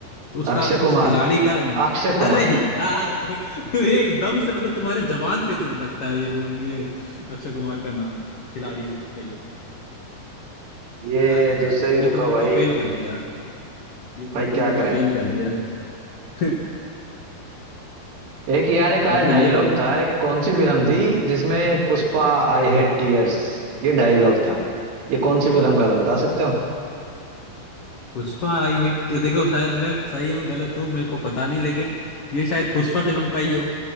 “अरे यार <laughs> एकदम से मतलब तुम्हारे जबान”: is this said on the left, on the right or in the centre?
Left